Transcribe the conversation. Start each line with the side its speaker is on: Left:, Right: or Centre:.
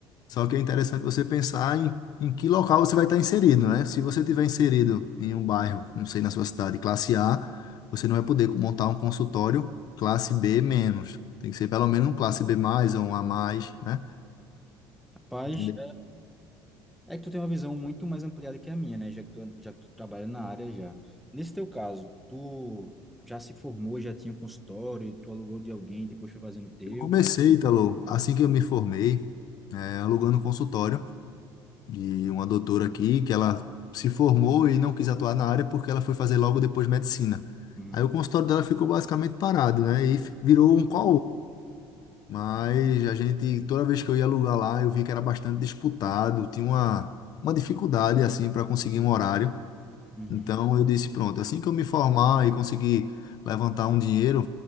Left: Só que é interessante você pensar em, em que local você vai estar inserido, né? Se você tiver inserido em um bairro, não sei, na sua cidade, classe A, você não vai poder montar um consultório classe B menos. Tem que ser pelo menos um classe B mais ou um A mais, né?
Centre: Rapaz,
Left: Entendeu?
Centre: É que tu tem uma visão muito mais ampliada que a minha, né? Já que tu, já que tu trabalha na área já. Nesse teu caso, tu já se formou, já tinha um consultório, tu alugou de alguém, depois foi fazendo o teu.
Left: Eu comecei,
Centre: Como é que tu?
Left: Italo, assim que eu me formei, é, alugando um consultório de uma doutora aqui, que ela se formou e não quis atuar na área porque ela foi fazer logo depois medicina.
Centre: Uhum,
Left: Aí o consultório dela ficou basicamente parado, né? E f- virou um co Mas a gente, toda vez que eu ia alugar lá, eu vi que era bastante disputado, tinha uma, uma dificuldade assim para conseguir um horário.
Centre: uhum.
Left: Então eu disse, pronto, assim que eu me formar e conseguir levantar um dinheiro,